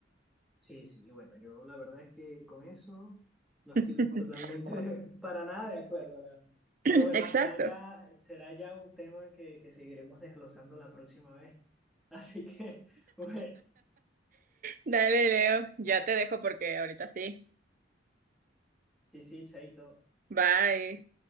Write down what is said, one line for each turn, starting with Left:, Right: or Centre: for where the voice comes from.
Centre: sí, sí, y bueno, yo la verdad es que con eso no estoy
Right: <laughs>
Centre: totalmente <laughs> para nada de acuerdo, la verdad.
Right: <laughs>
Centre: Pero bueno,
Right: Exacto.
Centre: será ya, será ya un tema que, que seguiremos desglosando la próxima vez. Así que, <laughs> bueno,
Right: Dale, Leo, ya te dejo porque ahorita sí.
Centre: sí, sí, chaito.
Right: Bye.